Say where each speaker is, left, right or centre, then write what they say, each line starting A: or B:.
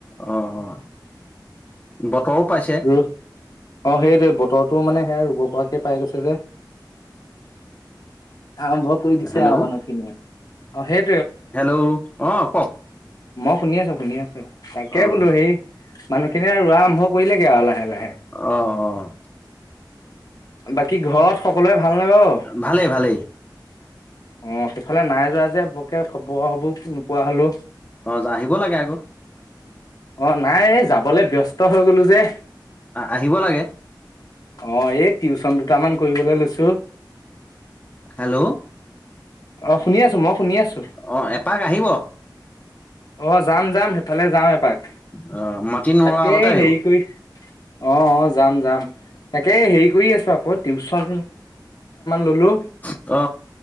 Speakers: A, on the left; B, on the left.
A: অ', অ। বতৰো পাইছে।
B: উ অ সেই যে বতৰটো মানে। শুব পোৱকে পাই গৈছে যে। আৰম্ভ কৰি দিছে
A: হেল্ল'
B: আহ মানুহ খিনিয়ে। অ সেই
A: হেল্ল', আহ কওক?
B: মই শুনি আছো শুনি আছোঁ। তাকে
A: অ'
B: বোলো সেই। মানুহখিনিয়ে ৰোৱা আৰম্ভ। কৰিলেকে লাহে লাহে।
A: অ' অ'
B: বাকী ঘৰ সকলোৱে ভালনে বাৰু।
A: ভালেই ভালেই
B: অ সেইফালে নাই যোৱা যে, বৰকে খবৰ খব নোপোৱা হলো।
A: অ' আহিব লাগে আকৌ
B: অ নাই যাবলে ব্যস্ত হৈ গলো যে।
A: আহিব লাগে
B: অ এই টিউচনটো। দুটামান কৰিবলৈ লৈছো।
A: হেল্ল'।
B: অ, শুনি আছো মই। শুনি আছো
A: অ এপাক আহিব?
B: অ, যাম যাম। সেইফালে যাওঁ এপাক।
A: অ', মাটি নোৰোৱা
B: তাকে
A: আগতে আহিব
B: হেৰি
A: অ',
B: কৰি অ', অ। যাম যাম। তাকে, হেৰি কৰি আছো। আকৌ টিউচন। ললো
A: অ